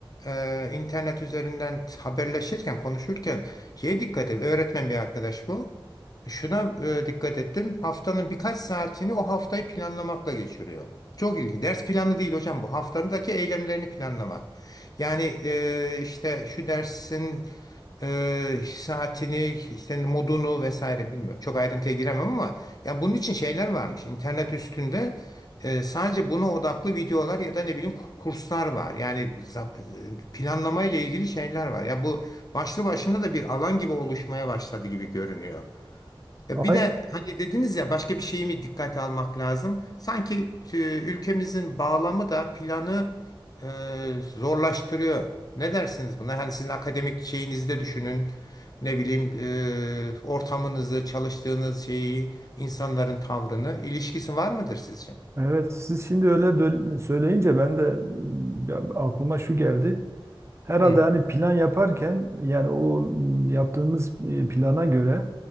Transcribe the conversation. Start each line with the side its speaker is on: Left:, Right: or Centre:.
Left: e, internet üzerinden haberleşirken konuşurken şeye dikkat et. Öğretmen bir arkadaş bu. Şuna e, dikkat ettim. Haftanın birkaç saatini o haftayı planlamakla geçiriyor. Çok ilginç. Ders planı değil hocam bu. Haftadaki eylemlerini planlamak. Yani e, işte şu dersin e, saatini, işte modunu vesaire bilmiyorum. Çok ayrıntıya giremem ama ya bunun için şeyler varmış. İnternet üstünde e, sadece buna odaklı videolar ya da ne bileyim ku- kurslar var. Yani zap- planlama ile ilgili şeyler var. Ya bu başlı başına da bir alan gibi oluşmaya başladı gibi görünüyor. Ya
Right: Aynen.
Left: Bir de hani dediniz ya başka bir şeyi mi dikkate almak lazım? Sanki e, ülkemizin bağlamı da planı e, zorlaştırıyor. Ne dersiniz buna? Hani sizin akademik şeyinizi de düşünün. Ne bileyim e, ortamınızı, çalıştığınız şeyi, insanların tavrını ilişkisi var mıdır sizce?
Right: Evet, siz şimdi öyle dö- söyleyince ben de mm, ya aklıma şu geldi. Herhalde
Left: Hı.
Right: hani plan yaparken yani o m, yaptığımız e, plana göre